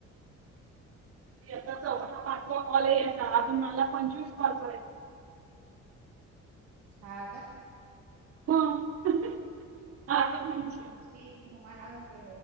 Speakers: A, on the right; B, on the right.
A: या चा हा चौथ्या पाचवा कॉल आहे यायचा अजून मला पंचवीस कॉल करेल
B: हा का
A: हां आता म्हणशिल
B: प्लीझ मला अजुन ते